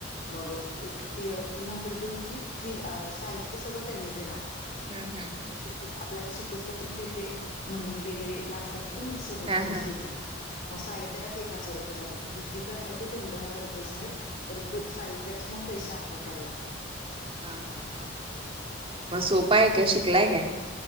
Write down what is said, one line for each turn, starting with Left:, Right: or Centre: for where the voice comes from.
Left: मग एक ती तीन हजार रुपये होती फी साहित्य सगळ त्यांनीच देणार.
Right: हम्म हम्म.
Left: श आपल्याला शिकूस तोपर्यंत पण जे जे मणी वगैरे लागतात. सगळ
Right: हा
Left: तीनीच
Right: हा
Left: देत्यात, मग साहित्यालाच
Right: हा
Left: एक एक हजार रुपये जातात मग दुसरीकडे आहे ते दोन दोन हजार रुपये आहेत परंतु साहित्याच मग पैशे पण द्यायला लागतय.
Right: हा हा हा मग सोप आहे काय शिकलाय काय?